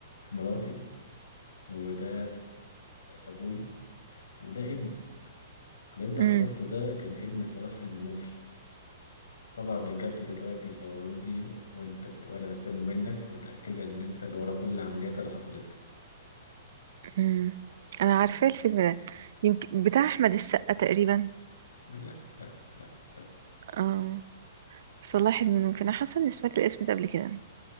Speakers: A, on the left (about 80°); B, on the right (about 60°).
A: مراتي وده أبويا وده ابني اللي أنت
B: مم.
A: خطفته ده كان ابن صلاح المنوفي طبعا رجالته دلوقتي صوروني وانت بت... وانا بستلمه منك وتأكد ان انت اللي ورا كل العمليات اللي حصلت له
B: مم. انا عارفة الفيلم ده يمكن بتاع احمد السقا تقريبا
A: لا لا لا <laughs>
B: اه صلاح المنوفي انا حاسة اني سمعت الاسم ده قبل كده